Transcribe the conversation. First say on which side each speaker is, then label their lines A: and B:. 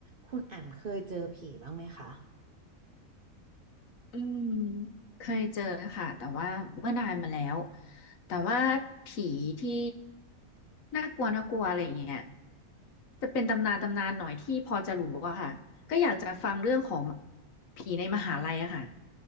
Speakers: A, on the right; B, on the left.
A: คุณแอมเคยเจอผีบ้างไหมคะ
B: อืมเคยเจอค่ะแต่ว่าเมื่อนานมาแล้วแต่ว่าผีที่น่ากลัวน่ากลัวอะไรอย่างเงี้ยจะเป็นตำนานตำนานหน่อยที่พอจะรู้อะค่ะก็อยากจะฟังเรื่องของผีในมหาลัยอะค่ะ